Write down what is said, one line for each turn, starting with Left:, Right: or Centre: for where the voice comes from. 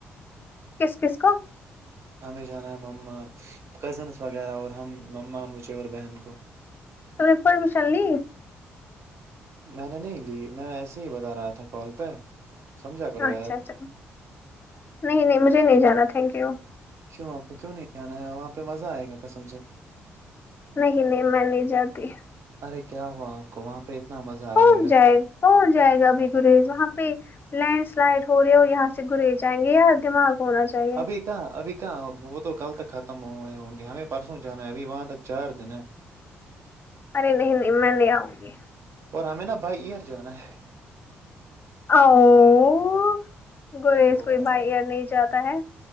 Left: کس کس کو
Right: ہمیں جانا ہے مما کزنس وغیرہ اور ہم مما مجھے اور بہن کو
Left: تم نے پرمیشن لی
Right: میں نے نہیں لی میں ایسے ہی بتا رہا تھا کال پہ سمجھا کرو یار
Left: اچھا اچھا نہیں نہیں مجھے نہیں جانا تھینک یو
Right: کیوں آپ کو کیوں نہیں جانا وہاں پہ مزہ آئے گا قسم سے
Left: نہیں نہیں میں نہیں جاتی
Right: ارے کیا ہوا آپ کو وہاں پہ نہ مزہ آئے
Left: کون
Right: گا
Left: جائے کون جائے گا ابھی گریز وہاں پہ لینڈ سلائڈ ہو رہی ہے یہاں سے گریے جائیں گے یا دماغ ہونا چاہیے
Right: ابھی کہاں ابھی کہاں وہ تو کل تک ختم ہوئے ہوں گے ہمیں پرسوں جانا ہے ابھی وہاں تک چار دن ہے
Left: ارے نہیں نہیں میں نہیں آؤں گی
Right: اور ہمیں نہ بائی یئر جانا ہے
Left: هوو گوریز
Right: جو
Left: کوئی
Right: کرا
Left: بائی ایئر نہیں جاتا ہے